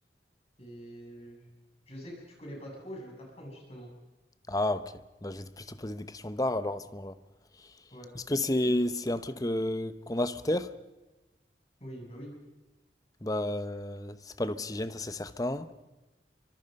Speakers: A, on the left; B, on the left.
A: Et je sais que tu connais pas trop, je vais t'apprendre justement.
B: Ah, ok. Bah, je vais plus te poser des questions d'art alors à ce moment-là.
A: Ouais.
B: Est-ce que c'est c'est un truc euh, qu'on a sur Terre?
A: Oui, bah oui.
B: Bah, c'est pas l'oxygène, ça c'est certain.